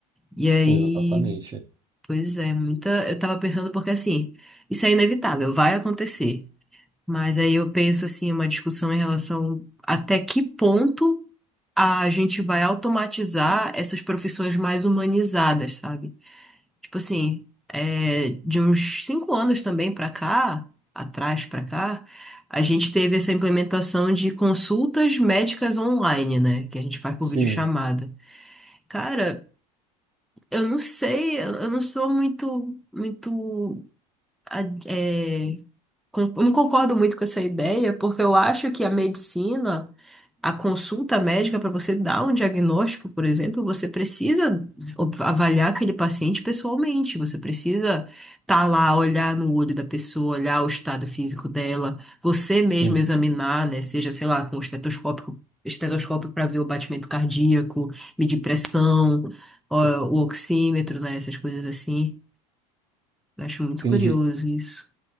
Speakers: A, in the centre; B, on the right.
A: E aí,
B: Exatamente.
A: pois é, muita. Eu tava pensando porque assim, isso é inevitável, vai acontecer. Mas aí eu penso assim, uma discussão em relação até que ponto a gente vai automatizar essas profissões mais humanizadas, sabe? Tipo assim, é, de uns cinco anos também pra cá, atrás pra cá, a gente teve essa implementação de consultas médicas online, né? Que a gente faz por
B: Sim,
A: videochamada. Cara, eu não sei, eu eu não sou muito, muito a- é, con- eu não concordo muito com essa ideia, porque eu acho que a medicina, a consulta médica para você dar um diagnóstico, por exemplo, você precisa ob- avaliar aquele paciente pessoalmente, você precisa estar lá, olhar no olho da pessoa, olhar o estado físico dela, você mesmo
B: sim.
A: examinar, né, seja, sei lá, com o estetoscópio, estetoscópio para ver o batimento cardíaco, medir pressão, ó, o oxímetro, né, essas coisas assim. Eu Acho muito
B: Entendi.
A: curioso isso.